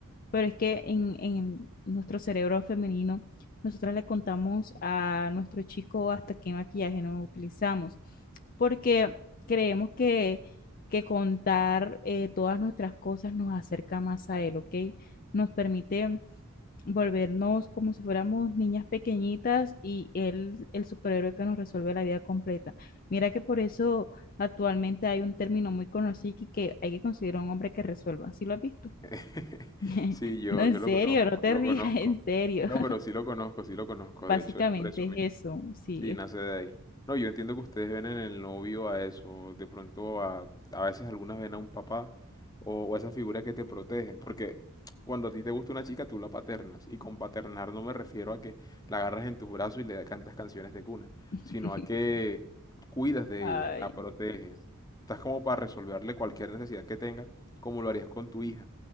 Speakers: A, on the left; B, on the left.
A: pero es que en, en nuestro cerebro femenino, nosotras le contamos a nuestro chico hasta qué maquillaje no utilizamos, porque creemos que, que contar eh, todas nuestras cosas nos acerca más a él, ¿ok? Nos permite volvernos como si fuéramos niñas pequeñitas y él, el superhéroe que nos resuelve la vida completa. Mira que por eso actualmente hay un término muy conocido que, que hay que considerar un hombre que resuelva. ¿Sí lo has visto?
B: <laughs>
A: <laughs>
B: Sí, yo,
A: No, en
B: yo
A: serio,
B: lo conozco,
A: no te
B: lo
A: rías,
B: conozco.
A: en serio.
B: No,
A: <laughs>
B: pero sí lo conozco, sí lo conozco.
A: Básicamente
B: De hecho, es por eso mismo.
A: es eso, sí.
B: Sí, nace de ahí. No, yo entiendo que ustedes ven en el novio a eso, de pronto a, a veces algunas ven a un papá o, o a esa figura que te protege, porque cuando a ti te gusta una chica tú la paternas y con paternar no me refiero a que la agarras en tus brazos y le cantas canciones de cuna,
A: <laughs>
B: sino a que cuidas de
A: Ay.
B: ella, la proteges, estás como para resolverle cualquier necesidad que tenga, como lo harías con tu hija.